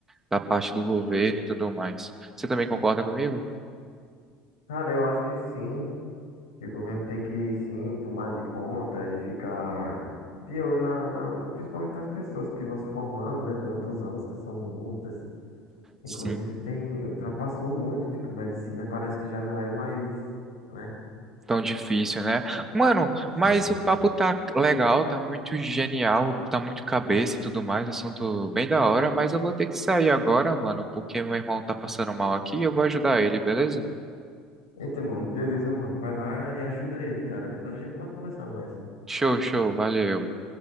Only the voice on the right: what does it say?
da parte do governo e tudo mais. Você também concorda comigo?
Sim.
Tão difícil, né? Mano,
mas
o papo tá legal, tá muito genial, tá muito cabeça e tudo mais, assunto bem da hora, mas eu vou ter que sair agora, mano, porque meu irmão tá passando mal aqui e eu vou ajudar ele, beleza?
Show, show, valeu.